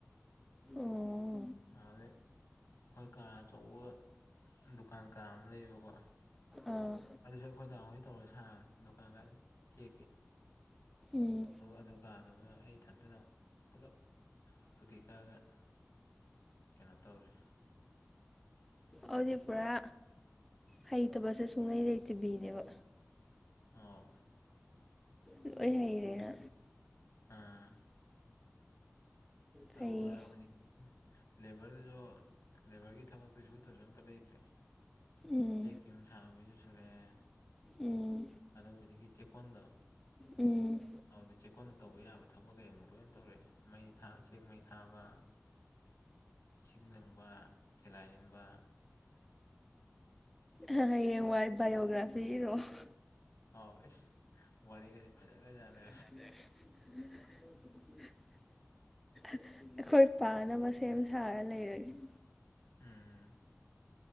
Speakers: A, in the centre; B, on the left.
A: ꯑꯣ
B: ꯑꯗꯨꯗꯤ ꯑꯩꯈꯣꯏ ꯀꯥ ꯑꯆꯧꯕ ꯗꯨꯀꯥꯟ ꯀꯥ ꯑꯃ ꯂꯩꯌꯦꯕꯀꯣ
A: ꯑꯥ
B: ꯑꯗꯨꯁꯨ ꯑꯩꯈꯣꯏꯗꯍꯣꯏ ꯇꯧꯔꯒ ꯁꯥꯕꯅꯤ ꯗꯨꯀꯥꯟ ꯈ ꯆꯦꯛꯀꯤ
A: ꯎꯝ
B: ꯑꯗꯨ ꯀꯀꯥꯗꯨꯃ ꯑꯩ ꯊꯟꯗꯅ ꯄꯨꯂꯞ ꯐꯇꯦꯛ ꯀꯛꯑꯒ <inaudible> ꯀꯩꯅꯣ ꯇꯧꯔꯦ
A: ꯑꯗꯨꯗꯤ ꯄꯨꯔꯥ ꯍꯩꯇꯕꯁꯦ ꯁꯨꯡꯉꯩ ꯂꯩꯇ꯭ꯕꯤꯅꯦꯕ
B: ꯑꯣ
A: ꯂꯣꯏ ꯍꯩꯔꯦꯅ
B: ꯑꯥ
A: ꯐꯩꯌꯦ
B: ꯑꯗꯨꯒ ꯍꯧꯖꯤꯛ ꯂꯦꯕꯔꯗꯨꯁꯨ ꯂꯦꯕꯔꯒꯤ ꯊꯕꯛꯇ ꯁꯨ ꯑꯝꯇ ꯁꯨꯗꯕ ꯂꯩꯇ꯭ꯔꯦ
A: ꯎꯝ
B: ꯆꯤꯛ ꯌꯨꯝ ꯁꯥꯕꯩꯁꯨ ꯁꯨꯔꯛꯑꯦ
A: ꯎꯝ
B: ꯑꯗ ꯍꯧꯖꯤꯛꯀꯤ ꯆꯦꯛꯀꯣꯟꯗꯣ
A: ꯎꯝ
B: ꯑꯗꯨꯗꯤ ꯆꯦꯛꯀꯣꯟꯗ ꯇꯧꯕ ꯌꯥꯕ ꯊꯕꯛ ꯀꯩ ꯑꯃꯨꯛ ꯂꯣꯏꯅ ꯇꯧꯔꯛꯑꯦ ꯃꯩ ꯊꯥꯕ ꯆꯦꯛ ꯃꯩ ꯊꯥꯕ ꯏꯁꯤꯡ ꯂꯪꯕ ꯊꯤꯂꯥ ꯏꯟꯕ
A: ꯍꯌꯦꯡꯋꯥꯢ ꯕꯥꯏꯑꯣꯒ꯭ꯔꯥꯐꯤ ꯏꯔꯛꯑꯣ
B: ꯑꯥꯎ ꯑꯁ ꯋꯥꯔꯤꯒꯗꯤ ꯐꯖꯈ꯭ꯔꯖꯥꯠꯅꯤ
A: ꯑ <inaudible> ꯑꯩꯈꯣꯏ ꯄꯥꯝꯅꯕ ꯁꯦꯝ ꯁꯥꯔ ꯂꯩꯔꯒꯦ
B: ꯎꯝ